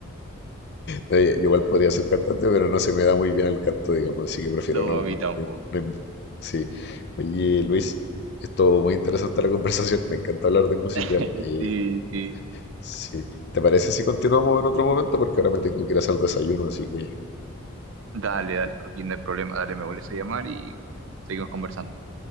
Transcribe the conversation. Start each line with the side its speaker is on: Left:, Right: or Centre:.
Left: No, yo yo igual podría ser cantante, pero no se me da muy bien el canto, digamos, así que prefiero
Right: No,
Left: no,
Right: a mí tampoco.
Left: no- no em- Sí. Oye, Luis, esto muy interesante la conversación, me encanta hablar de música.
Right: <laughs>
Left: eh,
Right: Sí, sí.
Left: sí. ¿Te parece si continuamos en otro momento? Porque ahora me tengo que ir a hacer desayuno, así que
Right: Dale, dale, Joaquín, no hay problema. Dale, me vuelves a llamar y seguimos conversando.